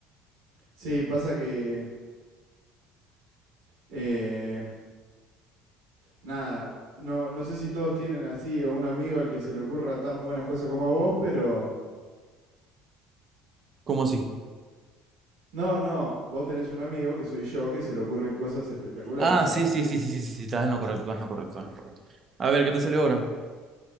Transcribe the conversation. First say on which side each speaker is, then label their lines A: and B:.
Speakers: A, on the right (about 70°); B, on the right (about 40°).
A: Sí, pasa que... eh, nada, no, no sé si todos tienen así o un amigo al que se le ocurra tan buenas cosas como a vos, pero
B: ¿Cómo así?
A: No, no, vos tenés un amigo que soy yo que se le ocurren cosas espectaculares
B: Ah,
A: para
B: sí,
A: decirte.
B: sí, sí, sí, sí, sí, sí, estás en lo correcto, estás en lo correcto, estás en lo correcto. A ver, ¿qué te salió ahora?